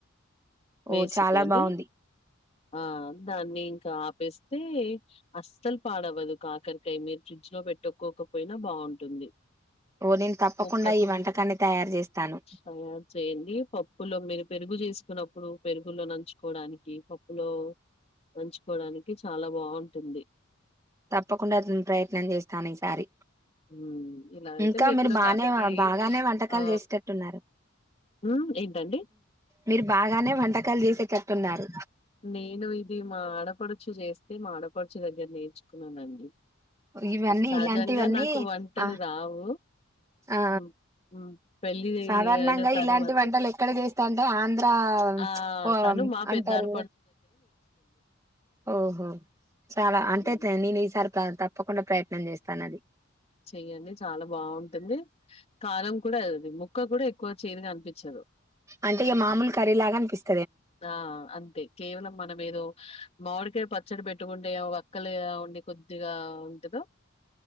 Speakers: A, on the left (about 30°); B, on the right (about 15°).
A: వేసుకొని
B: ఓ చాలా బాగుంది
A: ఆ దాన్ని ఇంకాపేస్తే అస్సలు పాడవ్వదు కాకరి అ మీరు ఫ్రిడ్జ్ లో పెట్టుక్కోకపోయినా బాగుంటుంది
B: ఓ నేను తప్పకుండా
A: ముక్కతో
B: ఈ వంటకాన్ని తయారు చేస్తాను
A: తయారు చేయండి పప్పులో మీరు పెరుగు చేసుకున్నప్పుడు పెరుగుల్లో నంచుకోవడానికి పప్పులో నంచుకోవడానికి చాలా బాగుంటుంది
B: తప్పకుండా ప్రయత్నం చేస్తాను ఈసారి
A: మ్మ్ ఇలా అయితే
B: ఇంకా
A: మీకు
B: మీరు
A: కూడా
B: బాగానే
A: కాకరకాయ
B: బాగానే వంటకాలు
A: ఆ
B: చేసేటట్టున్నారు
A: మ్మ్ ఏంటండి
B: మీరు బాగానే వంటకాలు చేసేటట్టున్నారు
A: నేను ఇది మా ఆడపడుచు చేస్తే మా ఆడపడుచు దగ్గర నేర్చుకున్నానండి
B: ఇవన్నీ
A: సహజంగా
B: ఇలాంటివన్నీ
A: నాకు వంటలు
B: ఆ
A: రావు
B: ఆ
A: ఉ ఉ పెళ్ళి
B: సాధారణంగా
A: అయిన తరువాతే
B: ఇలాంటి వంటలు ఎక్కడ చేస్తా అంటే ఆంధ్ర
A: ఆ
B: ఓ
A: తను మా పెద్దడు
B: అంటారు కదా ఓహో చాలా అంతైతే
A: హ్మ్.
B: నేను ఈసారి తప్పకుండా ప్రయత్న నేను చేస్తాను అది
A: చెయ్యడి చాలా బాగుంటుంది కారం కూడా అది ముక్క కూడా ఎక్కువ చేయదుగా అనిపించదు
B: అంటే ఈ మామూలు కర్రీ లాగనిపిస్తది
A: ఆ అంతే కేవలం మనం ఏదో మామిడికాయ పచ్చడి పెట్టుకుంటే అ ఒక్కలుగా ఉండి కొద్దిగా ఉంటదో